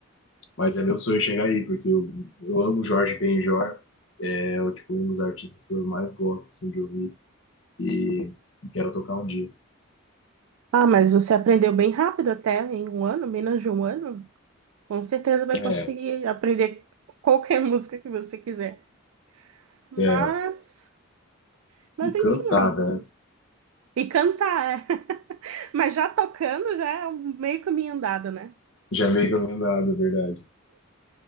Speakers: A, on the left; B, on the right.
A: mas é meu sonho chegar aí, porque eu, eu amo Jorge Benjor, é o tipo um dos artistas que eu mais gosto assim, de ouvir e quero tocar um dia.
B: Ah, mas você aprendeu bem rápido até, em um ano, menos de um ano. Com certeza vai
A: É,
B: conseguir aprender qualquer <laughs> música que você quiser. Mas,
A: é.
B: mas
A: E cantar,
B: enfim, Anderson.
A: né?
B: E cantar, é. <laughs> Mas já tocando já é um meio caminho andado, né?
A: Já meio que eu não nada, é verdade.